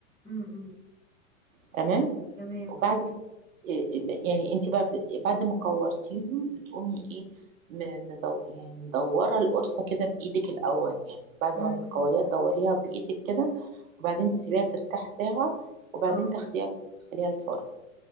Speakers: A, in the centre; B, on the right.
A: امم امم
B: تمام
A: تمام
B: وبعد
A: اه
B: س- إيه، إيه، يعني انت بقى ب- بعد ما كورتيهم بتقومي ايه م- مدو يعني مدوره القرصه كده بايدك الاول يعني بعد
A: امم
B: ما بتكوريها
A: امم
B: تدوريها بايدك كده وبعدين تسيبيها ترتاح ساعه وبعدين
A: اه
B: تاخديها بقى تدخليها الفرن